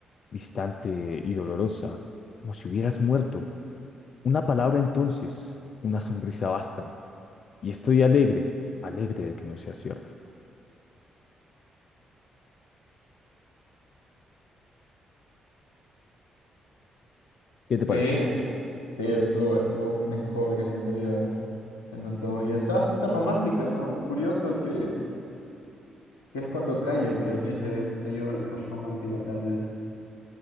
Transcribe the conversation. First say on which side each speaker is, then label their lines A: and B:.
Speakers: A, on the left; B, on the left.
A: distante y dolorosa, como si hubieras muerto. Una palabra entonces, una sonrisa bastan. Y estoy alegre, alegre de que no sea cierto. ¿Qué te parece?
B: Sí, sí, estuvo, estuvo mejor que la anterior. Se notó. Y está bastante romántica, ¿no? Curioso que, que es cuando calla, pero sí se, se yo romántico tal vez.